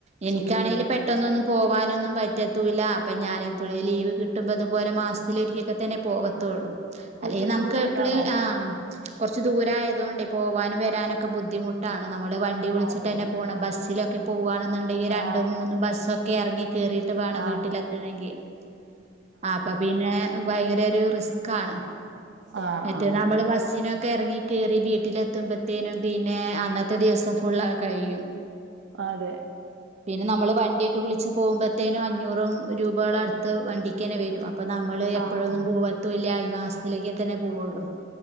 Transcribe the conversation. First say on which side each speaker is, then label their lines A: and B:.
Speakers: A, on the right (about 35°); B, on the right (about 70°).
A: എനിക്കാണെങ്കില്
B: സ്കൂളുള്ളപ്പോ
A: പെട്ടന്നൊന്നും പോവാനൊന്നും. പറ്റത്തൂല്ല അപ്പൊ ഞാൻ എപ്പയേ ലീവ് കിട്ടുമ്പോ അതുപോലെ മാസത്തില ഒരിക്കൊക്കെ തന്നെ പോവത്തുള്ളൂ. അല്ലെയ്
B: ഒത്തിരി
A: നമുക്ക്
B: ദൂരെയാണോ?
A: എപ്പഴും ആഹ് കൊ ച്ച് ദൂരായതോണ്ട് പോകാനും വരാനൊക്കെ ബുദ്ധിമുട്ടാണ് നമ്മൾ വണ്ടി വിളിച്ചിട്ട്
B: അതെ
A: തന്നെ പോണ ബസ്സ് ഇതിലൊക്കെ പോവാണ്ന്ന്ണ്ടെങ്കിൽ
B: ആഹ്
A: രണ്ടും മൂന്നും ബസ്സൊക്കെ എറങ്ങി കേറിട്ട് വേണം
B: ആഹ്
A: വീട്ടിലെത്തണങ്കിൽ -- ആഹ് അപ്പപിന്നെ ഭയങ്കര ഒരു റിസ്ക്കാണ്.
B: ആഹ്
A: മറ്റേ
B: ആഹ്
A: നമ്മള് ബസ്സിനൊക ഒക്കെ എറങ്ങി കേറി വീട്ടിലെത്തുമ്പത്തേനും പിന്നെ അന്നത്തെ ദിവസം ഫുള്ള് കഴിയും.
B: ആഹ് അതെ
A: പിന്നെ നമ്മള് വണ്ടിയൊക്കെ വിളിച്ച് പോകുമ്പത്തേനും അഞ്ഞൂറു രൂപകള് അടുത്ത് വണ്ടിക്കെന്നെ വെരും. അപ്പം നമ്മള് എപ്പളൊന്നും
B: ആഹ് ആഹ്
A: പോവത്തൂല്ല ഈ മാസ അതിലേക്ക് എത്തന്നെ പോവൊള്ളൂ.